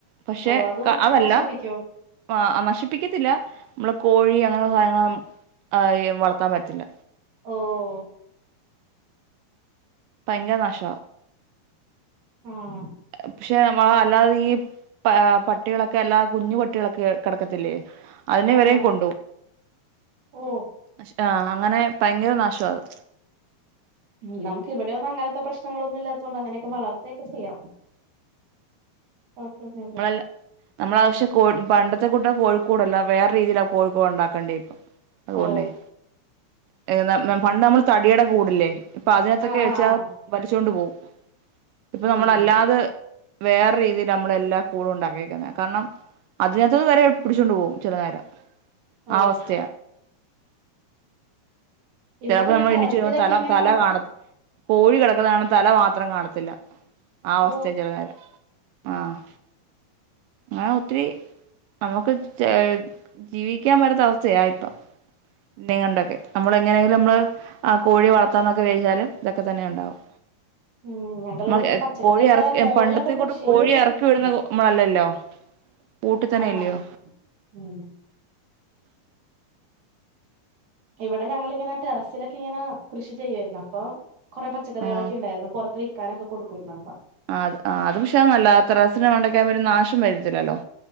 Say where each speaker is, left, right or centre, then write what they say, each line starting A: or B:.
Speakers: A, on the right; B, on the right.
A: പഷേക്കഅതല്ല
B: ഓ അതും നശിപ്പിക്കോ
A: പാ അഹ് നശിപ്പിക്കത്തില്ല മ്മളെകോഴി അങ്ങനുള്ള സാനങ്ങളെഅയ് വളർത്താൻ പറ്റില്ല
B: ഓഹ്
A: പയങ്കര നാശ്വ
B: ആഹ്
A: പക്ഷെ മ്മളെ അല്ലാതെ ഈ പാ പട്ടികളൊക്കെ അല്ലാ കുഞ്ഞു പട്ടികളൊക്കെ കടക്കത്തില്ലേ അയ്ന്
B: ആഹ്
A: വെരെകൊണ്ടൊ
B: ആഹ് ഓ
A: <unintelligible> ആഹ്അങ്ങനെ പയങ്കര നാശ്വത്
B: ഉം നമുക്ക് ഇവടെന്നും അങ്ങനത്തെ പ്രശ്നങ്ങളൊന്നും ഇല്ലാത്തൊണ്ട് അങ്ങനെക്കെ വളർതെക്കെ ചെയ്യാ ഒക്കെന്നല്ല
A: നമ്മളല്ല നമ്മള ആവശ്യ കോ പണ്ടത്തെ കൂട്ട കോഴിക്കൂടല്ല വേറെ രീതിൽആകോഴ് ക്കൂട്ഉണ്ടാക്കണ്ടേ ഇപ്പ അതുകൊണ്ടയ്
B: ഓ
A: <unintelligible> പണ്ട് നമ്മൾ തടിയട കൂടില്ലേ ഇപ്പൊ അതിനത്ത്ക്കേ
B: ആഹ് ആഹ് ആഹ്
A: വലിച്ചോണ്ട് പോവും പ്പൊ
B: ഉം
A: നമ്മളല്ലാതെ വേറെ രീതിയിൽ നമ്മളെല്ലാ കൂട് ഉണ്ടാക്കിക്കുന്നെ കർണം അതിനത്ത്ന് വരെ പുടിചോണ്ട് പോവുംചിലനേരം
B: ഓ
A: ആവസ്ഥയാ
B: ഇവിടെ
A: ചില്പൊ
B: പിന്നെ
A: നമ്മള്ണിച്ചവരുമ്പോ
B: ടെറസിലൊക്കെ
A: തല
B: ഇങ്ങനെ
A: തല കാണത്ത് കോഴി കിടക്കുന്നര്ണ തല മാത്രം കാണത്തില്ല ആവസ്തെ
B: ഓ
A: ചെലനേരം ആഹ് ങ്ങനെ ഒത്തിരി നമുക്ക് ജെ ജീവിക്കാൻ പറ്റാത്ത അവസ്ഥയാ ഇപ്പം <unintelligible> ങ്ങണ്ടൊക്കെ അമ്മള് എങ്ങനെങ്കിലും മ്മൾ ആ ഹ് കോഴി വളർത്താന്നൊക്കെ വേച്ചാല് ഇതൊക്കെതന്നെണ്ടാവും
B: ഉം ഞങ്ങളിവിടെങ്ങനെ
A: മ്മ
B: പച്ചക്കറിയൊക്കെ
A: കോഴി എറക്യ
B: മോളിലൊക്കെ
A: പണ്ടത്തെക്കുടു
B: കൃഷി
A: കോഴിഎറക്കിവിടുന്ന
B: ചെയ്യും
A: ഇമ്മളല്ലല്ലോ കൂട്ട് തന്നെല്യോ
B: ആഹ് ആഹ് ഉം ഇവടെഞങ്ങളിങ്ങനെ ടെറസിലൊക്യ ങ്ങനകൃഷിചെയ്യെര്ന്നു അപ്പൊ കൊറേ പച്ചക്കറികളൊക്കെ
A: ആഹ്
B: ണ്ടായിരുന്നു പൊറത്ത്വിക്കാനൊക്കെ കൊടുക്കുരുന്നുപ്പ
A: ആ ആ അത് ക്ഷെ നല്ല ത്രസിനം വണ്ടയ്ക്കാൻ വറ്റും നാശം വരത്തില്ലല്ലോ